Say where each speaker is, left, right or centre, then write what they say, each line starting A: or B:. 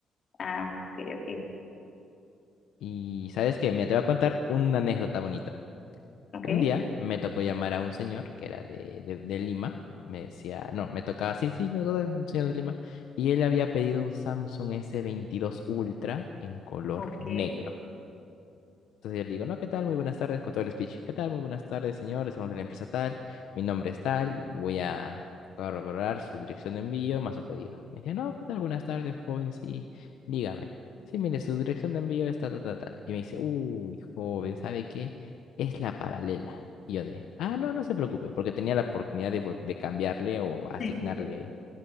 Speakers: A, on the left; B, on the left.
A: Ah, ok, ok,
B: Y sabes que me te voy a contar una anécdota bonita.
A: ok,
B: Un día me tocó llamar a un señor que era de, de, de Lima. Me decía, no, me tocaba, sí, sí, me tocaba un señor de Lima. Y él había pedido un Samsung S22 Ultra en color
A: ok.
B: negro.
A: <laughs>
B: Entonces yo le digo, no, ¿qué tal? Muy buenas tardes, con todo el speech. ¿Qué tal? Muy buenas tardes, señores. Somos de la empresa tal. Mi nombre es tal y voy a corroborar su dirección de envío más su pedido. Me dice, no, ¿qué tal? Buenas tardes, joven. Sí, dígame. Sí, mire, su dirección de envío está tal, tal, tal. Y me dice, uy, joven, ¿sabe qué? Es la paralela. Y yo de, ah, no, no se preocupe, porque tenía la oportunidad de, vol- de cambiarle o asignarle.
A: Sí, sí, sí.